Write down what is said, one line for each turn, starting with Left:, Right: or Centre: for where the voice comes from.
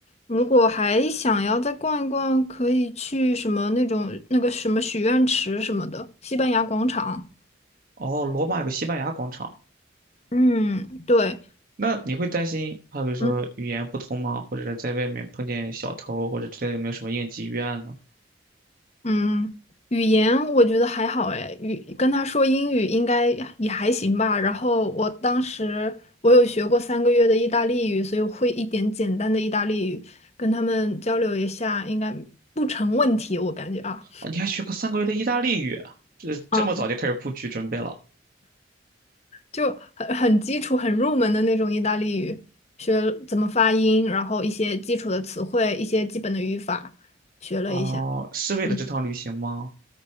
Left: 如果还想要再逛一逛，可以去什么那种那个什么许愿池什么的，西班牙广场。
Right: 哦，罗马有个西班牙广场，
Left: 嗯，对，
Right: 那你会担心，好比如说语言不通吗？
Left: 嗯
Right: 或者是在外面碰见小偷或者之类的，有没有什么应急预案呢？
Left: 嗯，语言我觉得还好哎，语跟他说英语应该也还行吧。然后我当时我有学过三个月的意大利语，所以我会一点简单的意大利语，跟他们交流一下应该不成问题，我感觉啊
Right: 啊，你还学过三个月的意大利语，这这么早就开始布局准备了？
Left: 啊。就很很基础、很入门的那种意大利语，学怎么发音，然后一些基础的词汇、一些基本的语法，学了一下。
Right: 哦，是为了这趟旅行吗？
Left: 嗯，